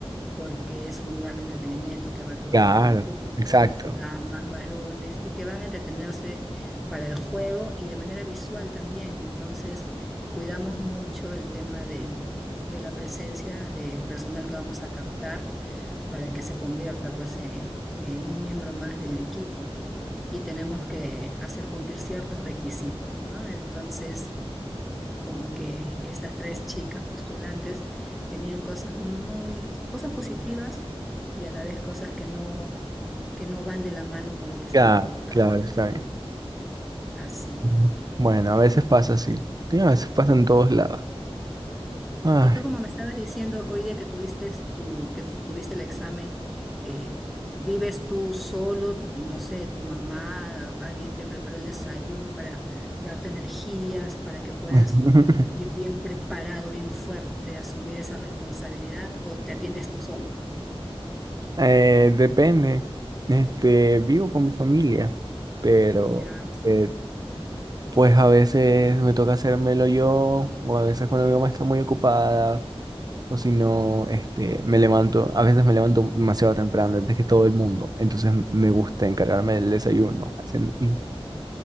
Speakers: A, in the centre; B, on the right.
A: porque es un lugar de entretenimiento que va todo
B: Claro,
A: tipo de público,
B: exacto.
A: damas, varones, y que van a entretenerse para el juego y de manera visual también. Entonces, cuidamos mucho el tema de, de la presencia del personal que vamos a captar para que se convierta pues eh, en, un miembro más del equipo y tenemos que hacer cumplir ciertos requisitos, ¿no? Entonces como que estas tres chicas postulantes tenían cosas muy, cosas positivas y a la vez cosas que no, que no van de la mano con lo que estábamos
B: Claro,
A: buscando.
B: claro, está bien.
A: Así.
B: Ujú. Bueno, a veces pasa así. Y A veces pasa en todos lados. Ay.
A: Y tú, como me estabas diciendo, hoy día que tuviste tu, que tuviste el examen, eh, ¿vives tú solo? No sé, tu mamá, alguien te preparó el desayuno para darte energías, para que puedas
B: <laughs>
A: ir bien preparado, bien fuerte, asumir esa responsabilidad, o te atiendes tú solo.
B: Eh, depende. Este, vivo con mi familia, pero
A: Ya.
B: eh, Pues a veces me toca hacérmelo yo, o a veces cuando mi mamá está muy ocupada, o si no, este, me levanto, a veces me levanto demasiado temprano, antes que todo el mundo, entonces me gusta encargarme del desayuno, hacen- y-